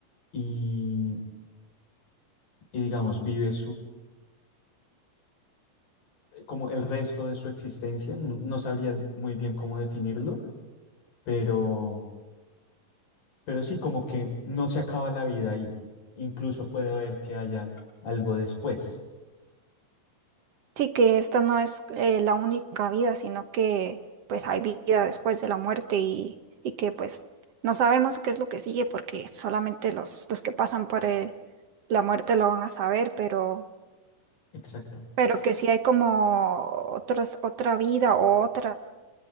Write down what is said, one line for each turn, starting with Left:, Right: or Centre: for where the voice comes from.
Left: y, y digamos, vive como el resto de su existencia, no, no sabría muy bien cómo definirlo, pero, pero sí, como que no se acaba la vida ahí. Incluso puede haber que haya algo después.
Right: Sí, que esta no es eh, la única vida, sino que pues hay vida después de la muerte y, y que pues no sabemos qué es lo que sigue porque solamente los, los que pasan por eh, la muerte lo van a saber, pero,
Left: Exacto.
Right: pero que sí hay como otros, otra vida o otras